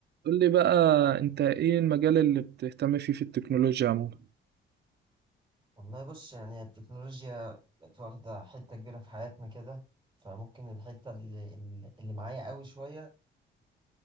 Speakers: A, on the right; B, on the right.
A: قول لي بقى انت ايه المجال اللي بتهتم فيه في التكنولوجيا عموما
B: والله بص يعني التكنولوجيا بقت واخدة حتة كبيرة في حياتنا كده فممكن الحتة اللي, اللي معايا قوي شوية